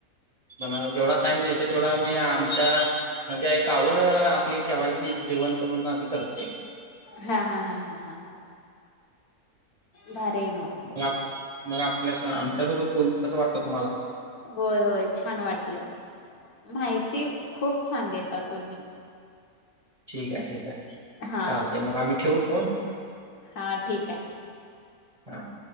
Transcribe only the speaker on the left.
हा हा हा हा हा भारी आहे मग.
होय, होय छान वाटलं माहिती खूप छान देता तुम्ही.
हा
हा ठीक आहे.